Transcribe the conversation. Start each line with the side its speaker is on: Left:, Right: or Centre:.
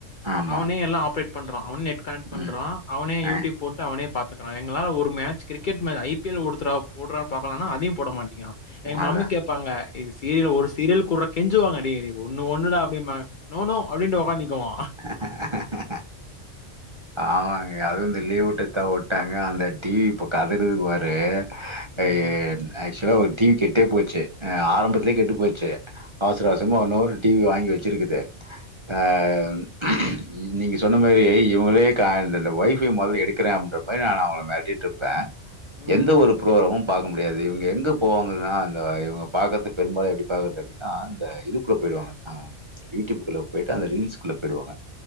Right: ஆமா.
Left: அவனே எல்லா ஆப்ரேட் பண்றா அவன் நெட் கனெக்ட் பண்றா
Right: ம்.
Left: அவனே யூடியூப்
Right: அ.
Left: போட்டு அவனே பாத்துக்குற எங்களால ஒரு மேட்ச் கிரிக்கெட் மே ஐ பி எல் ஓடுதுடா போடுறா பாக்கலான்னா அதையு போட மாட் டிக்றா எங்க
Right: அதான்.
Left: மம்மி கேப்பாங்க இது சீரியல ஒரு சீரியல் கூடுற கெஞ்சுவாங்க டேய் டேய் ஒன்னு ஒன்னுடா அப்படின்பாங்க நோ நோ அப்படின்டு உக்காந்திக்குவா
Right: அ. ஆமாங்க அதுவு இந்த லீவுட்டதா வுட்டாங்க அந்த டி வி இப்ப கதறுது பாரு
Left: ம்
Right: என் ஆக்சுவலா ஒரு டி வி கெட்டே போச்சு அ ஆரம்பத்துலே கெட்டு போச்சு அவசர அவசரமா உன்னொரு டி வி வாங்கி வச்சுருக்குது. அம் இ நீங்க சொன்ன மாரி இவங்களே க இந்தந்த ஒய்ஃபை மொதல்ல எடுக்கிறே அப்டின்றப்ப நா அவங்கள மெரட்டிட்டுருப்ப
Left: ம்
Right: எந்த ஒரு புரோஹ்ராமும் பாக்க முடியாது இவங்க எங்க போவாங்கன்னா அந்த இவங்க பாக்கறதுக் பெரும்பாடு ஆய்டு இப்டி பாக்கறது அப்டின்னா அந்த இதுக்குள்ள போய் போய்டுவாங்க அ யூடியூப்புக்குள்ள போய்ட்டு அந்த ரீல்ஸ்க்குள்ள போயிடுவாங்க